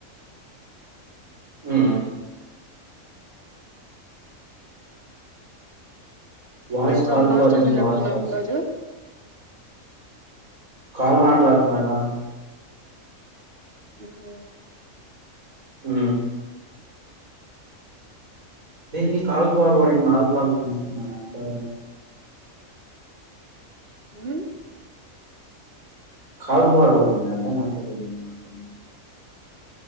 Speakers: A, on the right (about 80°); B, on the right (about 45°).
A: హు వాయిస్
B: ఏం చాలా
A: కాల్
B: ఫస్ట్గా
A: ఫార్వర్డింగ్
B: తిినట్టున్నావు
A: ఆల్ కాల్స్
B: ఈ రోజు
A: కాల్ మాట్లాడుతున్నాగా
B: ఉహ
A: హు దే మీ call forwarding all calls అని వస్తున్నా అంటలో
B: హ్మ్
A: కాల్ ఫార్వర్డ్ అర్ధం కావట్లేదా నీకు